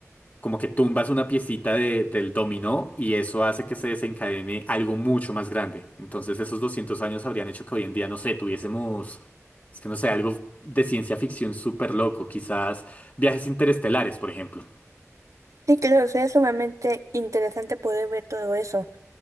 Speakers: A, on the left; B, on the right.
A: como que tumbas una piecita de- del dominó y eso hace que se desencadene algo mucho más grande. Entonces esos 200 años habrían hecho que hoy en día, no sé, tuviésemos, es que no sé, algo de ciencia ficción súper loco, quizás viajes interestelares, por ejemplo.
B: Sí, claro, sería sumamente interesante poder ver todo eso.